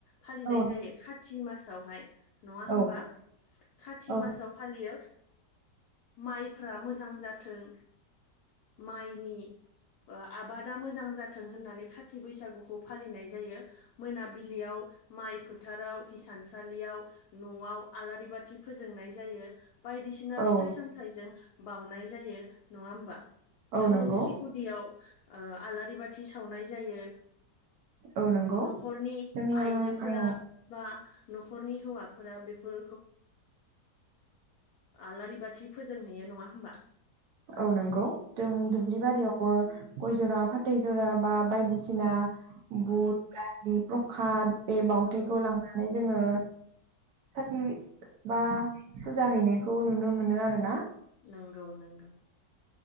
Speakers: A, on the left (about 70°); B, on the right (about 70°).
A: फालिनाय
B: औ
A: जायो खाथि मासावहाय। नङा होमबा
B: औ
A: खाथि
B: औ
A: मासाव फालियो। माइफ्रा मोजां जाथों माइनि आबाद दा मोजां जाथों होननानै खाथि बैसागुखौ फालिनाय जायो, मोनाबिलियाव माइ फोथार फोथाराव हिसानसालियाव न'आव आलारि बाथि फोजोंनाय जायो। बायदिसिना
B: औ
A: फिथाइ सामथायाइजों बाउनाय जायो, नङा होमबा?
B: औ
A: थुलुंसि
B: नंगौ
A: गुदियाव आलारि बाथि सावनाय जायो।
B: औ नंगौ
A: न'खरनि
B: जोङो
A: आइजोफोरा
B: औ
A: बा न'खरनि हौवाफोरा बेफोर आलारि बाथि फोजोंहैयो नङा होमबा?
B: औ नंगौ जों
A: औ
B: दुब्लि बारियावबो गय जरा फाथै जरा बा बायदिसिना
A: औ
B: बुट दालि प्रख बे बावथायखौ
A: औ
B: लांनानै जोङो सथि बा फुजा हैनायखौ नुनो मोनो आरो ना।
A: नंगौ नंगौ